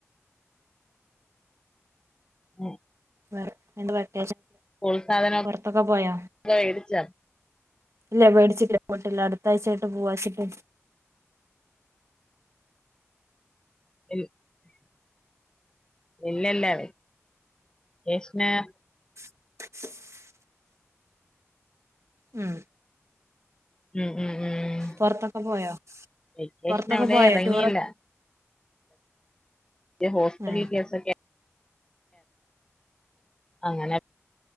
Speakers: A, on the left; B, on the right.
A: <unintelligible>
B: <unintelligible>
A: സ്കൂൾ സാധനൊക്കെ
B: പുറത്തൊക്കെ പോയോ
A: വേടിച്ച
B: ഇല്ല വേടിച്ചില്ല പോയിട്ടില്ല അടുത്താഴ്ചായിട്ട് പോവാച്ചിട്ട്
A: ഉ <unintelligible> ഇല്ലല്ല വെക്കേഷന്
B: <unintelligible> ഉം
A: ഉം ഉം ഉം
B: പുറത്തൊക്കെ പോയോ
A: വെക്കേഷൻ
B: പുറത്തൊക്കെ
A: എവിടെ
B: പോയോ
A: ഇറങ്ങില്ല
B: ടൂറ്
A: ഹോസ്റ്റല്
B: ആഹ്
A: കേസൊക്കെ അങ്ങനെ